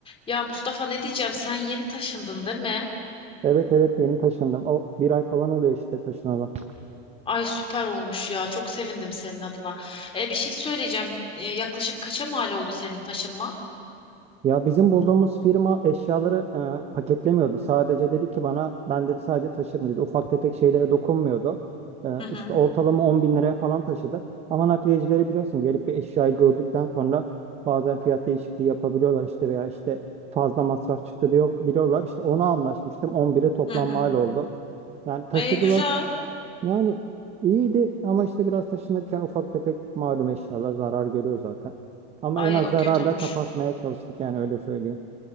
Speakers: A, on the left; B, on the right.
A: Ya Mustafa ne diyeceğim sen yeni taşındın değil mi?
B: Evet evet yeni taşındım. O bir ay falan oluyor işte taşınalı.
A: Ay süper olmuş ya çok sevindim senin adına. E, bir şey söyleyeceğim E, yaklaşık kaça mal oldu senin taşınman?
B: Ya bizim bulduğumuz firma eşyaları e, paketlemiyordu. Sadece dedi ki bana ben dedi sadece taşırma dedi. Ufak tefek şeylere dokunmuyordu. E,
A: Hı hı
B: işte ortalama 10 bin liraya falan taşıdı. Ama nakliyecileri biliyorsun gelip bir eşyayı gördükten sonra bazen fiyat değişikliği yapabiliyorlar işte veya işte fazla masraf çıktı diyor biliyorlar. İşte ona anlaşmıştım 11'e toplam
A: hı hı.
B: mal oldu. Yani taşıdılar
A: E, güzel.
B: Yani iyiydi ama işte biraz taşınırken ufak tefek malum eşyalar zarar görüyor zaten. Ama
A: Ay
B: en az
A: o
B: zararla
A: kötü olmuş.
B: kapatmaya çalıştık yani öyle söyleyeyim.